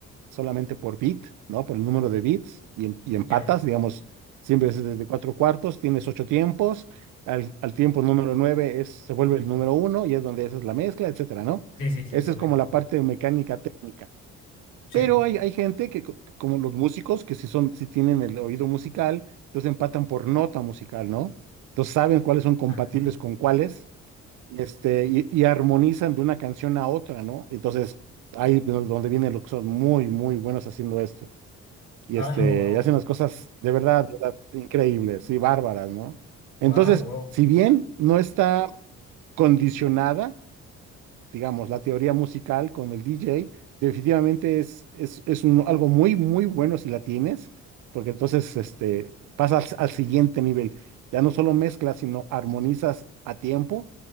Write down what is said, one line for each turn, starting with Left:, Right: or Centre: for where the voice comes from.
Right: solamente por bit, ¿no? Por el número de bits y, em- y empatas,
Left: Ya.
Right: digamos, siempre es de de cuatro cuartos, tienes ocho tiempos, al, al tiempo número nueve es, se vuelve el número uno y es donde esa es la mezcla, etcétera, ¿no?
Left: Sí, sí, sí,
Right: Esa
Left: lo
Right: es
Left: ubico,
Right: como la
Left: lo
Right: parte
Left: ubico.
Right: de mecánica técnica.
Left: Sí.
Right: Pero hay, hay gente que, co- como los músicos, que si son, si tienen el oído musical, entonces empatan por nota musical, ¿no? Entonces saben cuáles son compatibles
Left: Ah,
Right: con cuáles y, este, y, y armonizan de una canción a otra, ¿no? Entonces, ahí es donde vienen los que son muy, muy buenos haciendo esto. Y
Left: Ah,
Right: este,
Left: no, wow.
Right: y hacen las cosas de verdad, de verdad, increíbles y bárbaras, ¿no? Entonces,
Left: Wow, wow.
Right: si bien no está condicionada, digamos, la teoría musical con el DJ, definitivamente es, es, es un- algo muy, muy bueno si la tienes, porque entonces este, pasas al siguiente nivel. Ya no solo mezclas, sino armonizas a tiempo